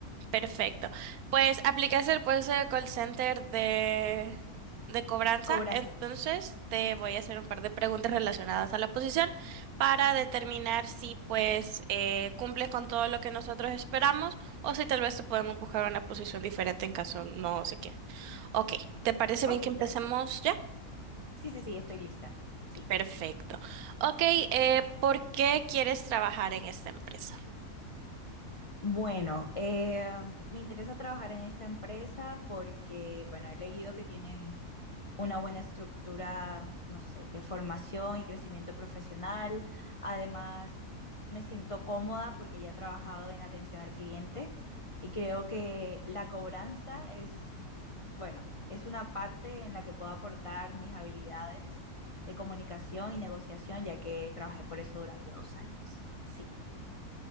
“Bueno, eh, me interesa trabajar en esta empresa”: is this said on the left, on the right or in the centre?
Left